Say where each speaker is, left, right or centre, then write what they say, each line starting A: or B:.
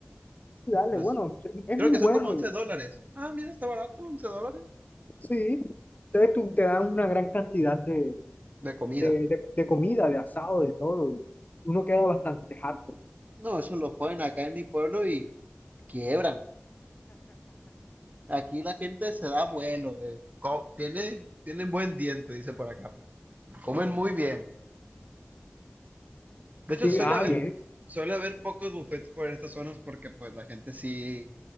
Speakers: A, on the left; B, on the right.
A: Sí, dale,
B: No es-
A: bueno, sí, es
B: creo
A: muy
B: que
A: bueno
B: son como 11
A: y
B: dólares. Ah, mira, está barato, 11 dólares.
A: sí. Entonces tú te dan una gran cantidad de,
B: De comida.
A: de, de- de comida, de asado, de todo, y uno queda bastante harto.
B: No, eso lo ponen acá en mi pueblo y quiebran. Aquí la gente se da vuelo. eh. Co- Tiene, tienen buen diente, dice por acá, pues. Comen muy bien. De hecho,
A: Sí,
B: suele
A: ah,
B: haber,
A: bien,
B: suele haber pocos buffets por estas zonas porque pues la gente sí,